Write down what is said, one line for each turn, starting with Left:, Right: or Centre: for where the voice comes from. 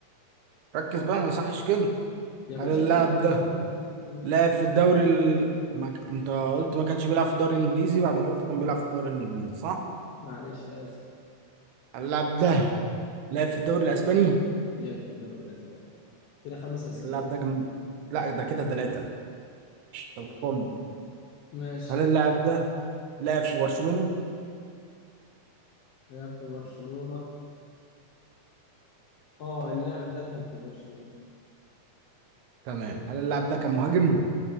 Right: ركز بقى ما يصحش كده
Left: يا باشا
Right: هل اللاعب
Left: يلا ما لعبش
Right: ده
Left: بيلعب في الدوري الإنجليزي
Right: لعب في الدوري ال... ما... ك- انت قلت ما كانش بيلعب في الدوري الانجليزي بعد ما قلت كان بيلعب في الدوري الانجليزي صح؟
Left: معلش آسف
Right: اللاعب ده لعب في الدوري الاسباني
Left: لعب في الدوري الأسباني كده خمس أسئلة
Right: اللاعب ده كان لا ده كده ثلاثة طب خم
Left: ماشي
Right: هل اللاعب ده لعب في برشلونة؟
Left: لعب في برشلونة اه اللاعب ده كان في برشلونة
Right: تمام هل اللاعب ده كان مهاجم؟